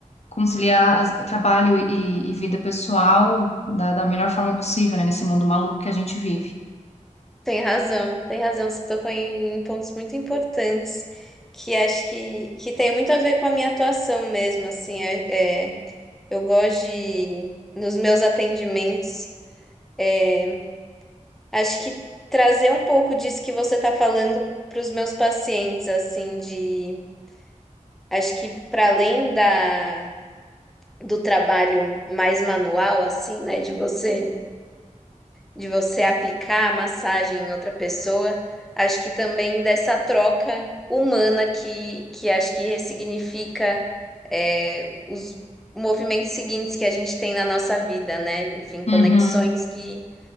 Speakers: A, on the left; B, in the centre.
A: conciliar as- trabalho e, e vida pessoal da, da melhor forma possível, né? Nesse mundo maluco que a gente vive.
B: Tem razão, tem razão. Você tocou em, em pontos muito importantes que acho que, que tem muito a ver com a minha atuação mesmo, assim, é, é, eu gosto de, nos meus atendimentos, é, acho que trazer um pouco disso que você está falando para os meus pacientes, assim, de, acho que para além da, do trabalho mais manual, assim, né, de você de você aplicar a massagem em outra pessoa, acho que também dessa troca humana que, que acho que ressignifica é, os movimentos seguintes que a gente tem na nossa vida, né? Enfim, conexões
A: Uhum.
B: que,